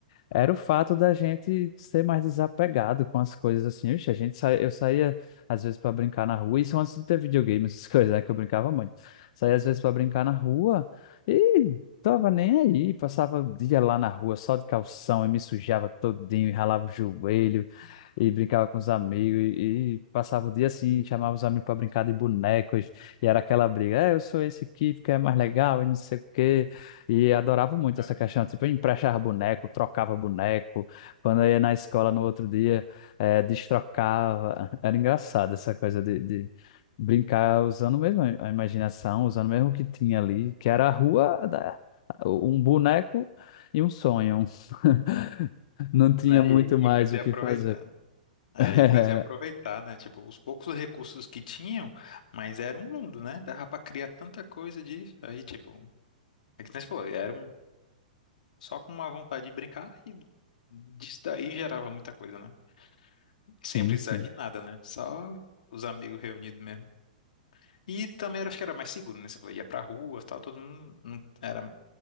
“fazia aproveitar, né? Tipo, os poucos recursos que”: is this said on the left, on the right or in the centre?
Left